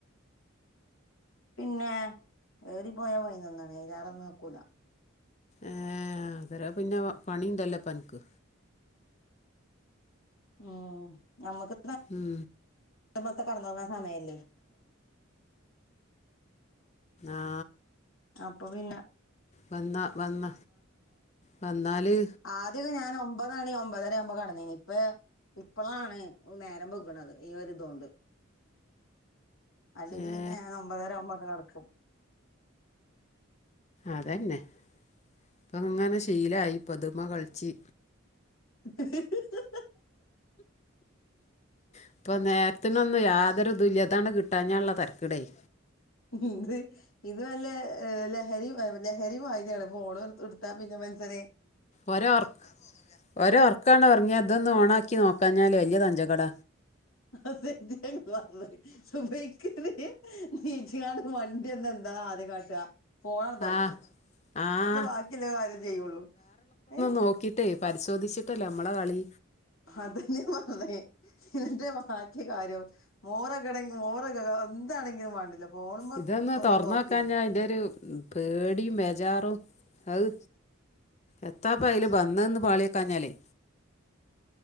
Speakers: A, on the left; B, on the left.
A: പിന്നെ ഏറി പോയാ പൈനൊന്ന് മണി അയിലെറെന്നും നിക്കൂല
B: ഏഹ് അന്നരം പിന്നെ പണിണ്ടല്ലേ അൻക്ക്
A: ഉം നമ്മക്ക്
B: ഉം
A: കടന്ന് ഒറങ്ങൻ സമയല്ലേ
B: ആ
A: അപ്പൊ പിന്ന
B: വന്ന വന്ന വന്നാല്
A: ആദ്യയൊക്കെ ഞാൻ ഒമ്പതണി ഒമ്പതര ആമ്പോകടന്നീനി ഇപ്പോ ഇപ്പളാണ് നേരം ബെഗ്ണത് ഈ ഒര്തോണ്ടൽ ഇതോണ്ട് അല്ലെങ്കി
B: ഏ
A: ഞാൻ ഒമ്പതര ആമ്പക്ക് കടക്കും
B: അതന്നെ ഇപ്പങ്ങനെ ശീലായിപ്പോതുമ്മോ കളിച്ചി
A: <unintelligible>
B: ആപ്പോ നേർ തിനൊന്ന് യാതൊരു ഇതുല്യയ ആതാണ് കിട്ടാഞ്ഞാള്ള തരക്കടായി
A: എന്ത് ഇത് വല്ല ഏഹ് ലഹരി ലഹരിമായിരിയാണ് ഫോണ്എണ്ട്ത്ത് കൊണ്ടുത്താ പിന്നെ മനസ്സനെ
B: ഒരഓർ ഒരർക്ക് ആണ്ട് ഉറങ്ങിയാ ഇതൊന്ന് ഓണാക്കി നോക്കാഞ്ഞാൽ വെല്യയ തഞ്ചക്കട
A: <unintelligible> സുബിക്ക് നി നിച്ചങ്ങാട് മണ്ടി വന്ന എന്താ ആദ്യം കാട്ട ഫോണങ്ങ് തോറക്കൂ
B: ആ ആ
A: എന്നിട്ടേ ബാക്കില്ലേ കാര്യം ചെയ്യുള്ളൂ ഏയ്
B: നോക്കിട്ടെ പരിസോധിച്ചിട്ടല്ലേ നമ്മളെ കളി
A: അതന്നേ പറഞ്ഞേ എന്ന്ട്ടേ ബാ ക്കി കാര്യള്ളൂ മോറഗണേ മോറാഗഗ എന്താണെങ്കിലും വേണ്ടില്ല ഫോണുമ്മെ
B: ഇതൊന്ന്
A: ഒന്ന്
B: തുറന്നോക്കാഞാ
A: നോക്കിട്ട്
B: എന്റെ ഒരു പേടിയും ബെജാറും അത് എത്താപ്പ അല് വന്ന നിന്ന് പാളിയെക്കാഞ്ഞാലേ